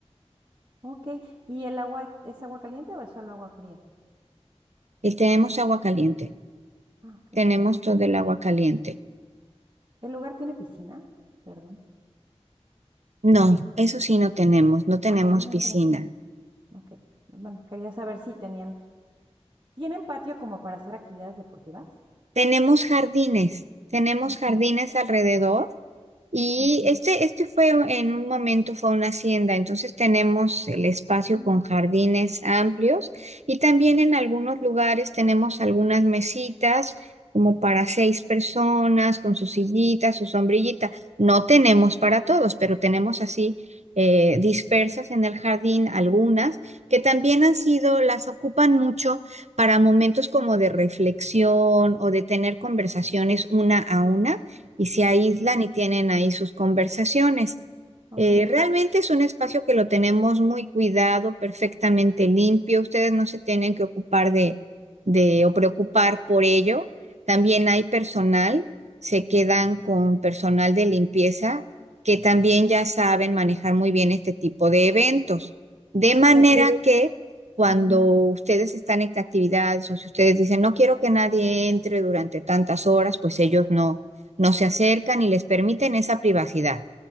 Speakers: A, on the right (about 45°); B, on the right (about 85°).
A: ok. ¿Y el agua es agua caliente o es solo agua fría?
B: Y tenemos agua caliente.
A: Ah, ok.
B: Tenemos
A: Ah,
B: todo el agua caliente.
A: ¿El lugar tiene piscina? Perdón.
B: No, eso sí no
A: No.
B: tenemos, no tenemos
A: Ah, ok, no
B: piscina.
A: está bien. Ok. Bueno, quería saber si tenían, ¿tienen patio como para hacer actividades deportivas?
B: Tenemos jardines, tenemos
A: Ah,
B: jardines alrededor. Y
A: ujú,
B: este, este fue en un momento fue una hacienda, entonces tenemos el espacio
A: ujú,
B: con jardines amplios y también en algunos lugares tenemos algunas mesitas como para seis personas con su sillita, su sombrillita. No tenemos para todos, pero tenemos así eh, dispersas en el jardín algunas que también han sido, las ocupan mucho para momentos como de reflexión o de tener conversaciones una a una y se aíslan y tienen ahí sus conversaciones.
A: ok.
B: Eh, realmente es un espacio que lo tenemos muy cuidado, perfectamente limpio. Ustedes no se tienen que ocupar de, de o preocupar por ello. También hay personal, se quedan con personal de limpieza que también ya saben manejar muy bien este tipo de eventos. De manera
A: Eh,
B: que cuando
A: ujú.
B: ustedes están en actividades o si ustedes dicen no quiero que nadie entre durante tantas horas, pues ellos no no se acercan y les permiten esa privacidad.